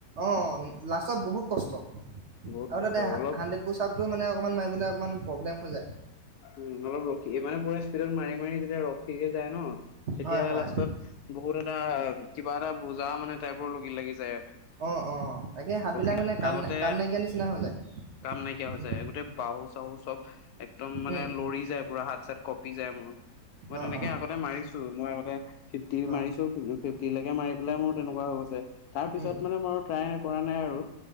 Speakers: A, on the right; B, on the left.
A: অৱ, লাষ্টত বহুত কষ্ট। আৰু
B: বহুত কষ্ট
A: তাতে হা
B: অলপ
A: হাণ্ড্ৰেড পোচাপটো মানে অকণমান মাৰিবলৈ অকণমান প্ৰব্লেম হৈ যায়।
B: উম, অলপ ৰখি দিবা পোৰা ইস্পীডত মাৰি মাৰি যেতিয়া ৰখি দিবা ন তেতিয়া
A: হয় হয়
B: লাষ্টত বহুত এটা কিবা এটা বুজা মানে টাইপৰ লগ লাগি যায়।
A: অৱ অৱ তাকে হাতবিলাক
B: ৰখি
A: মানে কাম
B: আগতে
A: কাম নাইকিয়া নিচিনা হৈ যায়।
B: কাম নাইকিয়া হৈ
A: উম
B: যায় গোটেই বাহু চাহু চ'ব একদম মানে
A: উম
B: লৰি যায় পুৰা হাত চাত কঁপি যায় মোৰ। মই
A: অ
B: তেনেকে
A: অ
B: আগতে মাৰিছো মই আগতে ফিফটি
A: অ
B: মাৰিছো। <unintelligible> ফিফটি লৈকে মাৰি পেলাই মোৰ তেনেকুৱা হৈ গৈছে। তাৰ পিছত
A: উম
B: মানে মই ট্ৰাই কৰা নাই আৰু